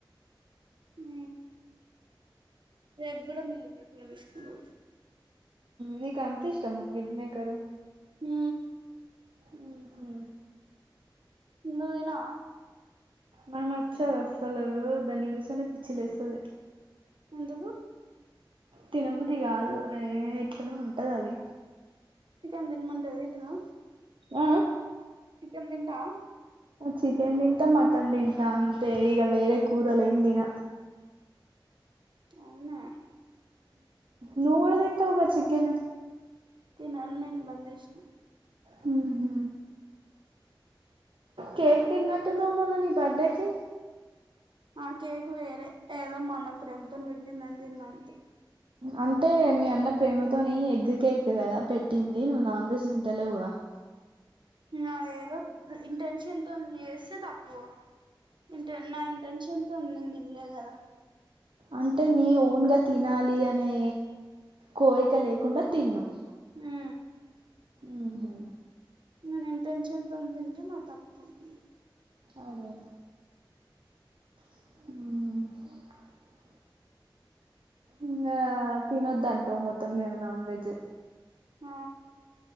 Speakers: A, on the right; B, on the right.
A: ఉ రేపు కూడా మిల్లి <unintelligible> తీసుకున్నా
B: నీకు అంత ఇష్టమా మీల్ మేకరూ
A: హు
B: ఉహు
A: నునా
B: నాకు నచ్చదు అసలు దాన్ని చూస్తేనే పిచ్చి లేస్తాది
A: ఎందుకు
B: తినబుద్ధి కాదు ఏ ఎట్లనో ఉంటది అది
A: చికెన్ తినమంటే తింటావా
B: ఆ
A: చికెన్ తింటావా
B: చికెన్ తింటా మటన్ తింటా అంతే ఇగ వేరే కూరలు ఏమి తిన
A: అవునా
B: నువ్వు కూడా తింటావ్గా చికెన్
A: తినను నేను బంద్ చేసినా
B: హుహు కేక్ తిన్నటున్నావ్ మొన్న నీ బర్త్డేకి
A: ఆ కేక్ వేరే ఏదో మా అన్న ప్రేమతో పెట్టిండని తిన్న అంతే
B: అంటే మీ అన్న ప్రేమతోని ఎగ్ కేక్ కదా పెట్టింది నువ్వు నాన్ వెజ్ తింటలేవుగా <inaudible>
A: నా ఏదో ఇంటెన్షన్ తోనీ చేస్తే తప్పు ఇంట నా ఇంటెన్షన్ తోనే నేను తినలేదు కదా
B: అంటే నీ ఓన్గా తినాలి అనే కోరిక లేకుండా తిన్నావ్
A: హు
B: ఉహు
A: నేను ఇంటెన్షన్ తో తింటే నా తప్పు ఉంటుంది
B: అదే హు ఇంకా తినొద్దంటావ్ మొత్తం మీద నాన్ వెజ్
A: ఆ